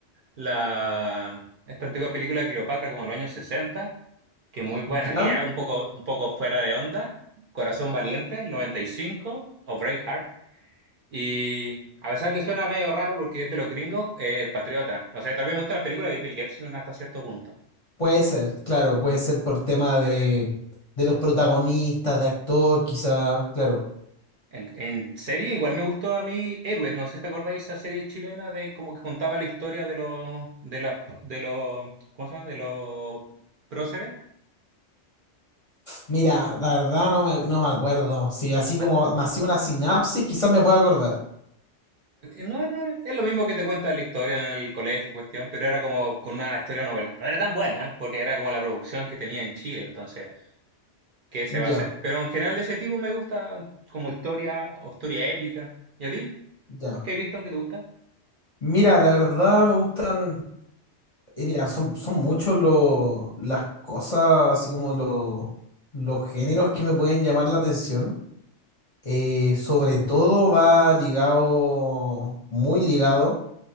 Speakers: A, on the right; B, on the left.
A: la esta antigua película de Cleopatra como de los años 60, que es muy buena,
B: Ya,
A: que ya un poco un poco fuera de onda, Corazón Valiente, el 95 o Braveheart. Y a pesar que suena medio raro porque es de los gringos, eh, El Patriota. No sé, tal vez me gusta la película de Bill Gibson hasta cierto punto.
B: puede ser, claro, puede ser por tema de, de los protagonistas, de actor, quizá, claro.
A: En, en serie, igual me gustó a mí Héroes. No sé si te acordáis esa serie chilena de como que contaba la historia de los, de los, de los, ¿cómo se llama? De los próceres.
B: Mira, la verdad no me, no me acuerdo. Si así
A: No,
B: como me hacía una sinapsis, quizás me pueda acordar.
A: no, no, es lo mismo que te cuenta la historia en el colegio, cuestión, pero era como con una historia novela. No era tan buena, porque era como la producción que tenía en Chile, entonces. qué se
B: Ya,
A: va a hacer. Pero en general de ese tipo me gusta como historia o historia épica. ¿Y a ti?
B: ya.
A: ¿Qué he visto que te gusta?
B: Mira, la verdad me gustan. eh, mira, son, son muchos los las cosas, así como lo- los géneros que me pueden llamar la atención. Eh, sobre todo va ligado, muy ligado